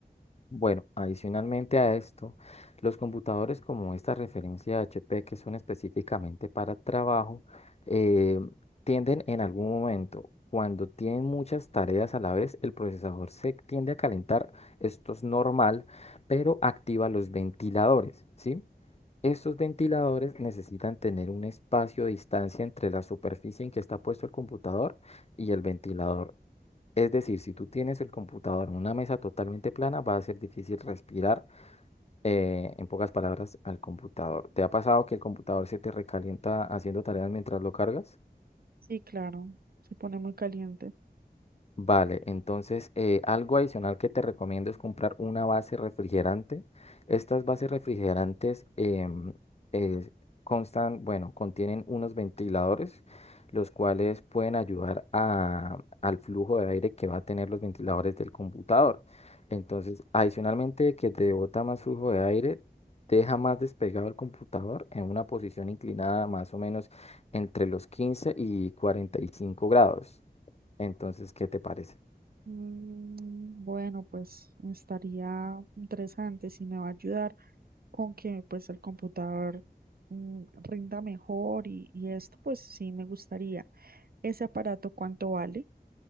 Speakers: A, on the left; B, on the right.
A: Bueno, adicionalmente a esto, los computadores como esta referencia de HP que son específicamente para trabajo, eh, tienden en algún momento, cuando tienen muchas tareas a la vez, el procesador se tiende a calentar, esto es normal, pero activa los ventiladores, ¿sí? Estos ventiladores necesitan tener un espacio de distancia entre la superficie en que está puesto el computador y el ventilador. Es decir, si tú tienes el computador en una mesa totalmente plana, va a ser difícil respirar, eh, en pocas palabras, al computador. ¿Te ha pasado que el computador se te recalienta haciendo tareas mientras lo cargas?
B: Sí, claro, se pone muy caliente.
A: Vale, entonces eh, algo adicional que te recomiendo es comprar una base refrigerante. Estas bases refrigerantes em, eh, constan, bueno, contienen unos ventiladores, los cuales pueden ayudar a- al flujo de aire que va a tener los ventiladores del computador. Entonces, adicionalmente de que te bota más flujo de aire, deja más despegado el computador en una posición inclinada más o menos entre los 15 y 45 grados. Entonces, ¿qué te parece?
B: Mm, Bueno, pues estaría interesante si me va a ayudar con que pues el computador mm, rinda mejor y, y esto pues sí me gustaría. ¿Ese aparato cuánto vale?